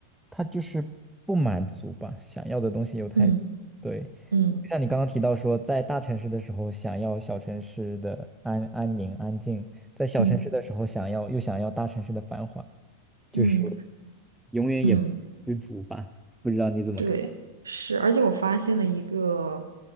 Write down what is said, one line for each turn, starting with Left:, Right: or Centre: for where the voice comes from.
Centre: 他就是不满足吧，想要的东西又太，
Right: 嗯
Centre: 对，
Right: 嗯
Centre: 就像你刚刚提到说，在大城市的时候想要小城市的安安宁安静，在小城市的时候想要又想要大城市的繁华，
Right: 嗯
Centre: 就是
Right: 嗯
Centre: 永远也不知足吧。
Right: 嗯，
Centre: 不知道你怎么看？
Right: 对，是，而且我发现了一个